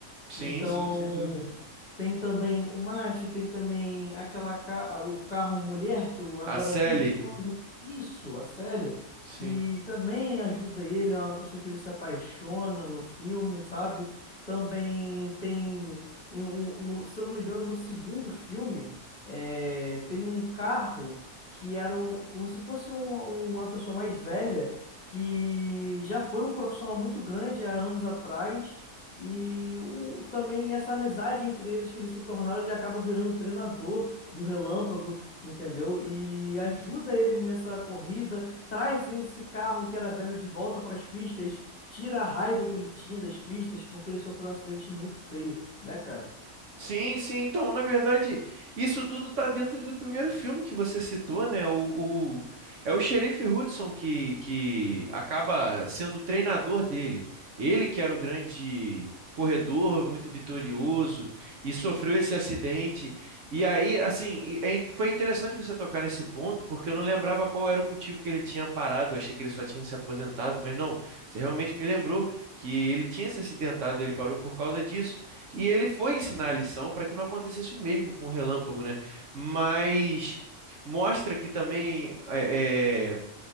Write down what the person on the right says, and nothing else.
Sim,
sim, sem dúvida.
A Sally,
sim.
Sim, sim. Então, na verdade, isso tudo tá dentro do primeiro filme que você citou, né? O, o- é o xerife Hudson que, que acaba sendo o treinador dele. Ele que era o grande corredor, muito vitorioso, e sofreu esse acidente. E aí, assim, e- é in- foi interessante você tocar nesse ponto, porque eu não lembrava qual era o motivo que ele tinha parado. Eu achei que ele só tinha se aposentado, mas não, você realmente me lembrou que ele tinha se acidentado, ele parou por causa disso. E ele foi ensinar a lição para que não acontecesse o mesmo com o Relâmpago, né? Mas mostra que também é, é,